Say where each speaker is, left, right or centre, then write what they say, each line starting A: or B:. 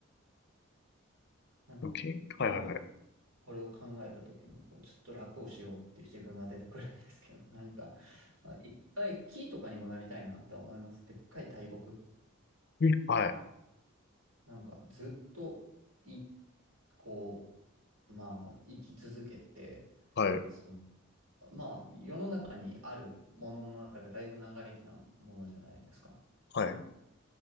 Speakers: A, on the right; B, on the left.
A: なんか、
B: 余計はいはいはい。
A: どうも、これを考えた時に、こう、ちょっと楽をしようっていう自分が出てくるんですけど、なんか、あ一回木とかにもなりたいなって思います。でっかい大木。
B: にはい。
A: なんか、ずっと、いこう、まあ、生き続けて、
B: はい。
A: その、まあ、世の中にあるものの中でだいぶ長生きなものじゃないですか。
B: はい。